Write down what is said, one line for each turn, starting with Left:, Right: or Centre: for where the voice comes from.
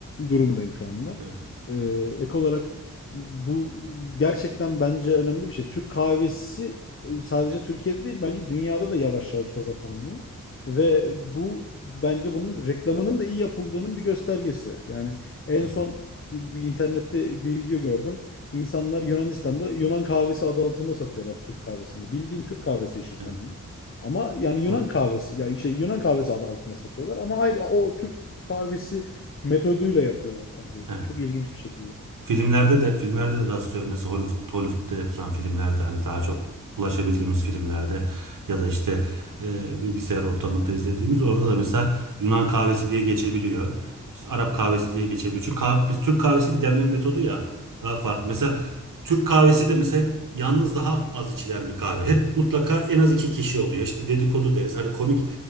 Left: durumdayım şu anda.
Right: evet.
Left: Ee, ek olarak bu gerçekten bence önemli bir şey. Türk kahvesi e, sadece Türkiye'de değil bence dünyada da yavaş yavaş gaza tanımlıyor. Ve bu bence bunun reklamının da iyi yapıldığının bir göstergesi. Yani en
Right: O-
Left: son bir bir internette bir video gördüm. İnsanlar Yunanistan'da Yunan kahvesi adı altında satıyorlar Türk kahvesini. Bildiğin Türk kahvesi işin sonunda.
Right: evet,
Left: Ama yani Yunan
Right: o-
Left: kahvesi yani şey Yunan kahvesi adı altında satıyorlar ama ayrı o Türk kahvesi metoduyla yapıyorlar kahveyi.
Right: evet.
Left: Çok ilginç bir şekilde.
Right: Filmlerde de filmlerde de rastlıyorum. Mesela Hollywood, Hollywood'da yapılan filmlerde hani daha çok ulaşabildiğimiz filmlerde ya da işte e, bilgisayar ortamında izlediğimiz orada da mesela Yunan kahvesi diye geçebiliyor. İşte Arap kahvesi diye geçebiliyor. Çünkü kah- biz Türk kahvesi bir demleme metodu ya daha farklı. Mesela Türk kahvesi de mesela hep yalnız daha az içilen bir kahve. Hep mutlaka en az iki kişi oluyor. İşte dedikodu deriz. Hani komik